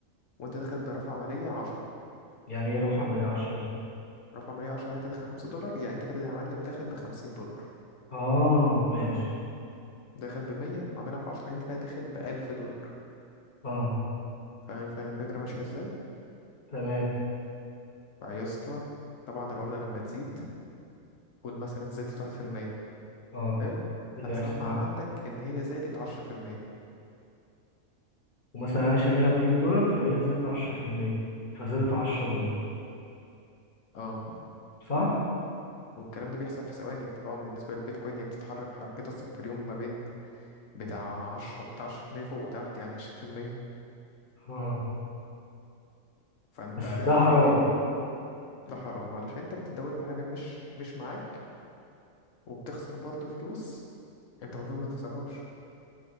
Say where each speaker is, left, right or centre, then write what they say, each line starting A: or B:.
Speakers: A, on the left; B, on the left.
A: وانت داخل برفع عمليه 10
B: يعني ايه رفع عمليه عشرة
A: رفع عمليه 10 انت داخل 5 دولار يعني انت كده يا معلم داخل ب 50 دولار
B: اه ماشي
A: داخل بمية وعاملها في عشرة انت كده داخل بألف دولار
B: اه
A: فاهم فاهم الفكرة ماشية ازاي؟
B: تمام
A: فيا اسطى طبعا العملة لما تزيد قول مثلا زادت واحد في المية
B: اه
A: حلو
B: إيه
A: هتسمع
B: اللي هيحصل بقى
A: عندك ان هي زادت عشرة في المية
B: ومثلا انا شاريها ب 100 دولار فهي زادت 10% فزادت 10 دولار
A: اه
B: صح
A: والكلام ده بيحصل في ثواني طبعا بالنسبة للبيتكوين هي بتتحرك حركتها اصلا في اليوم ما بين بتاع عشرة عشرة في المية فوق وتحت يعني عشرين في المية
B: اه
A: فانت
B: بس ده حرام
A: كل يوم ده حرام علشان انت بتتداول بحاجة مش مش معاك وبتخسر برضه فلوس انت المفروض ما تخسرهاش